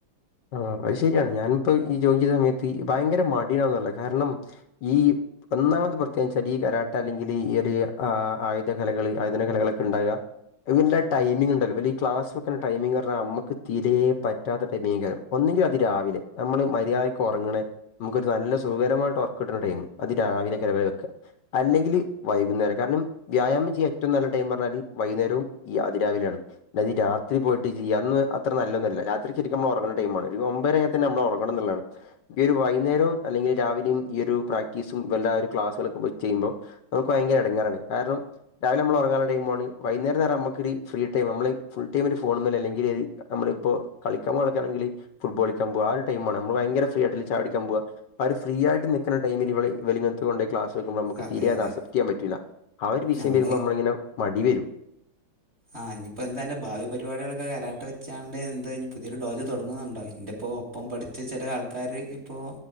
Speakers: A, on the left; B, on the right.
A: ആഹ് അത് ശെരിയാണ് ഞാനിപ്പോ ഈ ജോയിൻ ചെയ്ത സമയത്ത് ഭയങ്കര മടിയാവാല്ലോ കാരണം ഈ ഒന്നാമത് പ്രത്യേകച്ചാൽ ഈ കരാട്ട അല്ലെങ്കിൽ ഈ ഒരു ആഹ് കലകള് ആയുധന കലകളൊക്കെ ഉണ്ടാവുക ന്റെ ടൈമിംഗ് ഉണ്ടല്ലോ ഇവല് ഈ ക്ലാസ് വെക്കണ ടൈമിംഗ് എന്ന് പറഞ്ഞ നമ്മക്ക് തീരെ പറ്റാത്ത ടൈമീകരം ഒന്നങ്കി അതി രാവിലെ നമ്മള് മര്യാദയ്ക്ക് ഒറങ്ങണേ നമുക്കൊരു നല്ല സുഖകരമായിട്ട് ഒറക്കം കിട്ടണ ടൈം അതി രാവിലെയൊക്കെയാണ് ഇവര് വെക്കാ അല്ലെങ്കില് വൈകുന്നേരം കാരണം വ്യായാമം ചെയ്യാൻ ഏറ്റവും നല്ല ടൈം പറഞ്ഞാല് വൈകുന്നേരവും ഈ അതിരാവിലെയാണ് അല്ലാതെ ഈ രാത്രി പോയിട്ട് ചെയ്യാ അന്ന് അത്ര നല്ലൊന്നുംല്ല രാത്രി ശരിക്കും നമ്മൾ ഒറങ്ങണ്ട ടൈമാണ് ഒരു ഒമ്പരഴിഞ്ഞ തന്നെ നമ്മള് ഒറങ്ങണംന്നുള്ളതാണ് ഈ ഒരു വൈകുന്നേരവും അല്ലെങ്കിൽ രാവിലും ഈയരു പ്രാക്ടീസും വല്ലാ ഒരു ക്ലാസ്സുകളൊക്കെ ചെയ്യുമ്പോൾ അത് നമുക്ക് ഭയങ്കര എടങ്ങേറാണ് കാരണം രാവിലെ നമ്മള് ഉറങ്ങാനുള്ള ടൈമുവാണ് വൈകുന്നേരം എന്ന് പറഞ്ഞ നമുക്കൊരു ഫ്രീടൈം നമ്മള് ഫുൾ ടൈ ഒരു ഫോണുമല് അല്ലെങ്കില് ഏ നമ്മളിപ്പോ കളിക്കാൻ പോവൊക്കെയാണെങ്കില് ഫുട്ബോളിക്കാൻ പോവാ ആഹ് ഒരു ടൈമാണ് നമ്മള് ഭയങ്കര ഫ്രീ ആയിട്ടല്ലേ ചായ്യുടിക്കാൻ പോവാ ആഹ് ഒരു ഫ്രീ ആയിട്ട് നിക്ക്ണ ടൈമിൽ ഇവള് ഇവല് ഇങ്ങനത്തെ കൊണ്ടോയി ക്ലാസ് വെക്കുമ്പോ മ്മക്ക്
B: അതെ
A: തീരെ അത്
B: അതെ
A: അസെപ്റ്റ് ചെയ്യാൻ പറ്റൂല്ല ആ ഒരു വിഷയം
B: നമ്മൾ
A: വരുമ്പോൾ നമ്മളിങ്ങനെ മടി വരും
B: ആ ഇഞ്ഞിപ്പോ എന്താ അന്റെ ഭാവി പരിപാടിയാളൊക്കെ കരാട്ട വെച്ചാണ്ട് എന്താഞ്ഞി പുതിയൊരു ഡോജ് തുടങ്ങുന്നുണ്ടോന്റെപ്പോ ഒപ്പം പഠിച്ച ചെല ആൾക്കാര് ഇപ്പോ